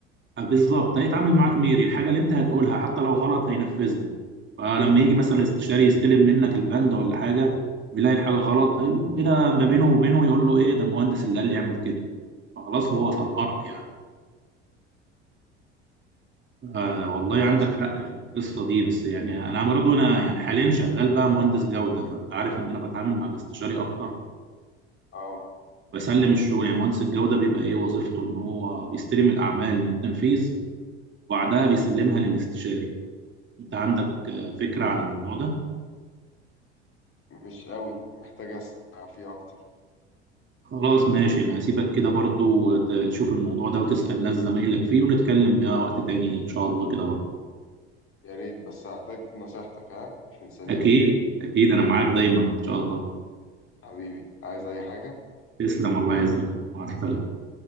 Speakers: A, on the right (about 35°); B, on the left (about 40°).
A: أه بالظبط هيتعامل معاك ميري الحاجة اللي انت هتقولها حتى لو غلط هينفذها فلما يجي مثلا
B: مم.
A: الاستشاري يستلم منك البند ولا حاجة ويلاقي الحاجة غلط هيقوم كده ما بينه وبينه يقول له ايه ده المهندس اللي قال لي اعمل كده فخلاص هو صغرك
B: مم.
A: يعني آه والله
B: بتحصل
A: عندك حق
B: يعني.
A: في القصه دي بس يعني انا برضو انا يعني حاليا شغال بقى مهندس جوده فانت عارف ان انا بتعامل مع الاستشاري اكتر
B: اه
A: وبسلم الشغل يعني مهندس الجوده بيبقى ايه وظيفته ان هو بيستلم الاعمال من التنفيذ وبعدها بيسلمها للاستشاري انت عندك آه، فكره عن الموضوع ده
B: مش قوي محتاج أسمع فيه أكتر
A: خلاص ماشي انا هسيبك كده برضو ت- تشوف الموضوع ده وتسال ناس زمايلك فيه ونتكلم بقى وقت تاني ان شاء الله كده برضو
B: يا ريت بس هحتاج نصيحتك ها متنسانيش
A: اكيد اكيد انا معاك دايما ان شاء الله
B: حبيبي عايز أي حاجة
A: تسلم الله يعزك مع السلامه